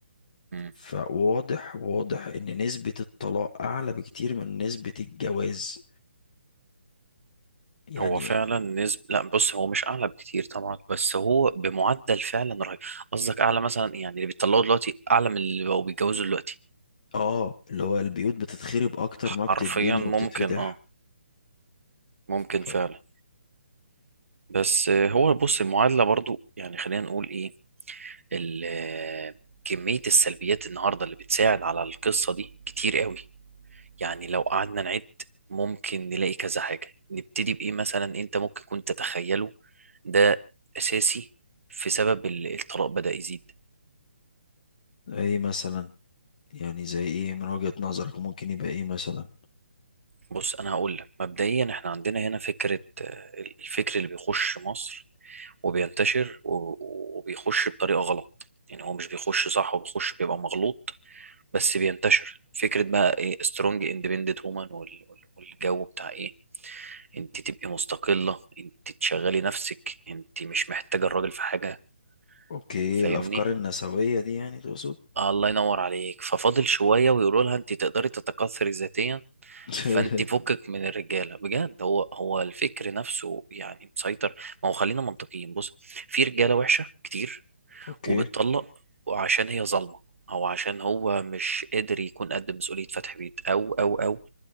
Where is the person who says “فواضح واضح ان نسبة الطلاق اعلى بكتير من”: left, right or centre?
Left